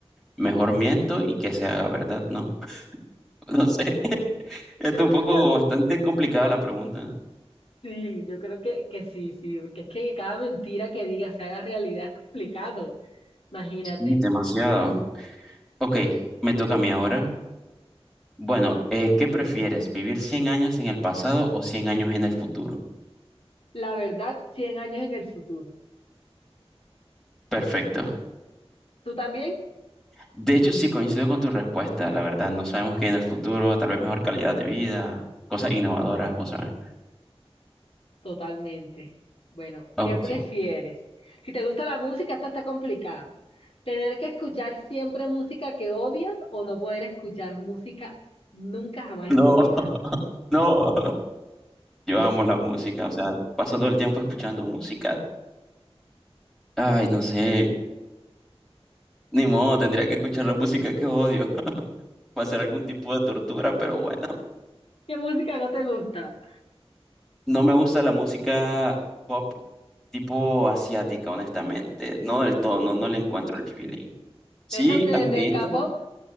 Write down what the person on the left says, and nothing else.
<laughs>
Sí, yo creo que, que sí, sí, porque es que cada mentira que digas se haga realidad es complicado. Imagínate.
La verdad, 100 años en el futuro.
¿Tú también?
Totalmente. Bueno,
¿qué prefieres? Si te gusta la música, esto está complicado. ¿Tener que escuchar siempre música que odias o no poder escuchar música nunca jamás
en tu vida?
¿Qué música no te gusta?
¿De esos de-
del K-pop?